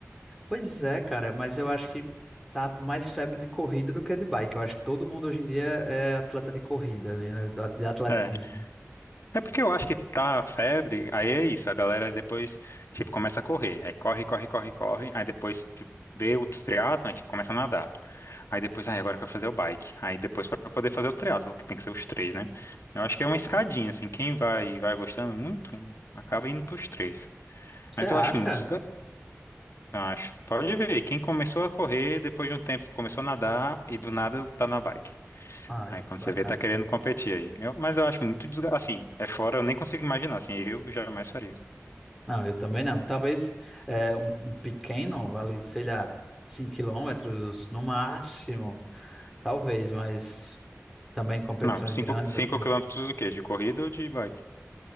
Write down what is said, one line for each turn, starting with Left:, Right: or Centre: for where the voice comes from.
Centre: Pois é, cara, mas eu acho que tá mais febre de corrida do que de bike. Eu acho que todo mundo hoje em dia é atleta de corrida, né? né, da- De atletismo.
Left: É. É porque eu acho que tá febre, aí é isso, a galera depois, tipo, começa a correr. Aí corre, corre, corre, corre. Aí depois tipo, vê o triatlo, aí tipo, começa a nadar. Aí depois, aí agora eu quero fazer o bike. Aí depois pra poder fazer o triatlo, que tem que ser os três, né? Eu acho que é uma escadinha, assim, quem vai vai gostando muito, acaba indo pros três.
Centre: Você
Left: Mas
Centre: acha?
Left: eu acho muito desgastante. Acho. Pode ver, quem começou a correr, depois de um tempo começou a nadar e do nada tá na bike.
Centre: Ah,
Left: Aí quando
Centre: bacana.
Left: você vê, tá querendo competir aí. Eu- mas eu acho muito desgastante. Assim, é fora, eu nem consigo imaginar. Assim, eu jamais faria.
Centre: Não, eu também não. Talvez é, um, um pequeno, ali, sei lá, 5 quilômetros no máximo. Talvez, mas também competições
Left: Não, 5
Centre: grandes,
Left: cinco,
Centre: assim.
Left: quilômetros do quê? De corrida ou de bike?